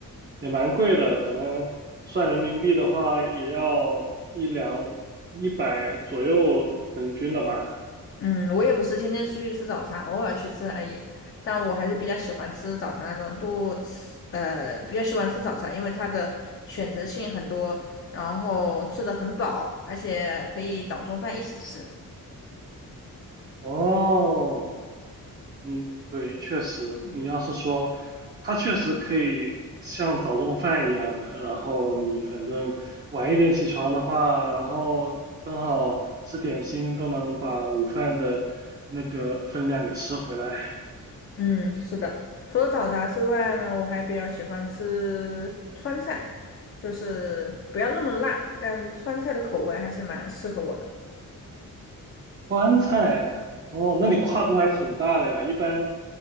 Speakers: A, on the right; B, on the left.
A: 也蛮贵的，可能算人民币的话也要一两一百左右人均了吧。
B: 嗯，我也不是天天出去吃早茶，偶尔去吃而已。但我还是比较喜欢吃早茶那种多，呃，比较喜欢吃早茶，因为它的选择性很多，然后吃的很饱，而且可以早中饭一起吃。
A: 哦，你对，确实，你要是说，它确实可以像早中饭一样的，然后你反正晚一点起床的话，然后刚好吃点心，都能把午饭的那个分量给吃回来。
B: 嗯，是的。除了早茶之外呢，我还比较喜欢吃川菜，就是不要那么辣，但川菜的口味还是蛮适合我的。
A: 川菜，哦，那你跨度还挺大的呀。一般